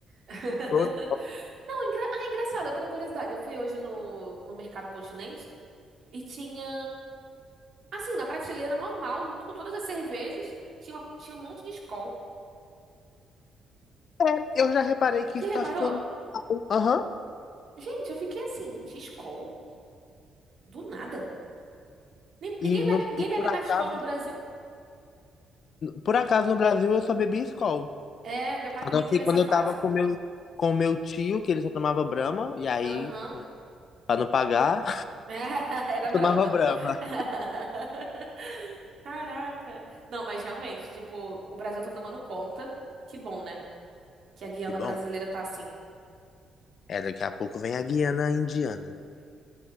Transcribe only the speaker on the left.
Flor-
É, eu já reparei que
isso
tá ficando. Aham.
E, no-
e
por acaso,
por acaso no Brasil eu só bebi Skol.
A
não ser
quando
eu tava com meu, com meu tio, que ele só tomava Brahma, e aí,
para não pagar.
Eu
tomava Brahma.
Que bom.
É, daqui a pouco vem a Guiana Indiana.